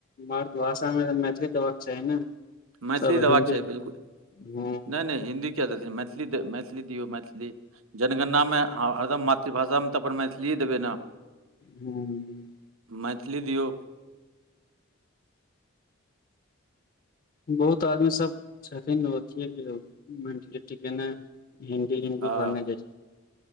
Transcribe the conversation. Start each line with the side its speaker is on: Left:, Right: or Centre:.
Left: मातृभाषा में मैथिली देबाक चाही ने
Right: मैथिली
Left: सब
Right: देबाक
Left: हिन्दी
Right: चाही बिलकुल
Left: हँ
Right: नै नै हिन्दी क्या मैथिली मैथिली दियौ मैथिली जनगणनामे हँ हरदम मातृभाषा में तऽ अपन मैथिलीए देबै ने
Left: हूँ
Right: मैथिली दियउ
Left: बहुत आदमी सब छथिन अथिए मेन्टलिटीके नइ हइ हिन्दी हिन्दी
Right: हँ
Left: भने ज